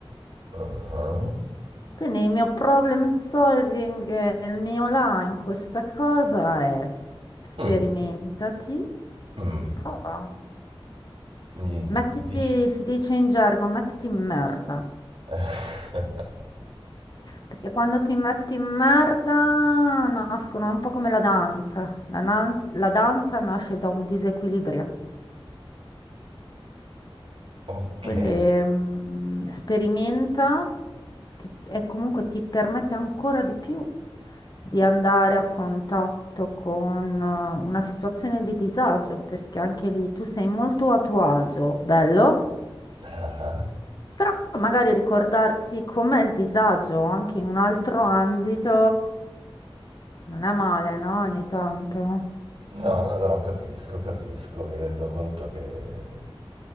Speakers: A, on the right; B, on the left.
A: uh-huh.
B: Quindi il mio problem solving, eh, il mio là in questa cosa è sperimentati,
A: Mm, mm,
B: prova.
A: mi
B: Mettiti,
A: dici...
B: si dice in gergo, mettiti in merda.
A: <laughs>
B: Perché quando ti metti in merda nascono un po' come la danza. La nan- la danza nasce da un disequilibrio.
A: Ok.
B: Quindi mm, sperimenta, ti- e comunque ti permette ancora di più di andare a contatto con eh, una situazione di disagio, perché anche lì tu sei molto a tuo agio, bello,
A: Ah ah.
B: però magari ricordarti com'è il disagio anche in un altro ambito non è male, no? Ogni tanto.
A: No, no, no, capisco, capisco, mi rendo conto che